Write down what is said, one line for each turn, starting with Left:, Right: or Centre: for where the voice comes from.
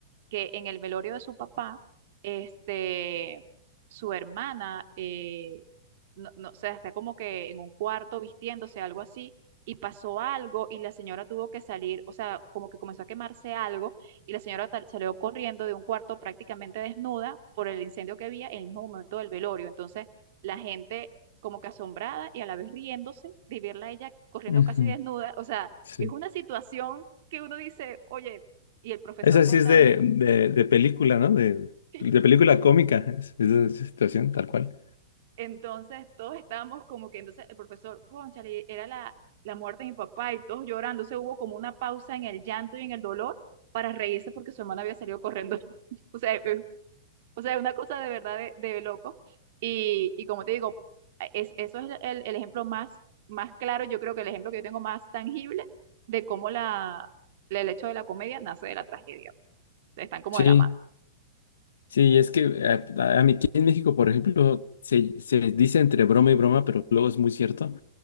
Right: que en el velorio de su papá, este, su hermana, eh, no, no, o sea, está como que en un cuarto vistiéndose, algo así, y pasó algo y la señora tuvo que salir, o sea, como que comenzó a quemarse algo y la señora tal- salió corriendo de un cuarto prácticamente desnuda por el incendio que había en el mismo momento del velorio. Entonces, la gente como que asombrada y a la vez riéndose de verla a ella corriendo
Left: Ujú,
Right: casi desnuda, o sea,
Left: Sí.
Right: es una situación que uno dice, oye, y el profesor
Left: Esa
Right: contando.
Left: sí es de, de, de película, ¿no? De,
Right: Sí.
Left: de película cómica, es- es de esa situación, tal cual.
Right: Entonces todos estábamos como que, entonces el profesor, cónchale, era la, la muerte de mi papá y todos llorando. se hubo como una pausa en el llanto y en el dolor para reírse porque su hermana había salido corriendo. <laughs> O sea, eh, o sea, una cosa de verdad de, de loco. Y, y como te digo, es, eso es el, el ejemplo más, más claro, yo creo que el ejemplo que yo tengo más tangible de cómo la, el hecho de la comedia nace de la tragedia. Están como
Left: Sí.
Right: de la mano.
Left: Sí, es que eh, a, a mí aquí en México, por ejemplo, se, se dice entre broma y broma, pero luego es muy cierto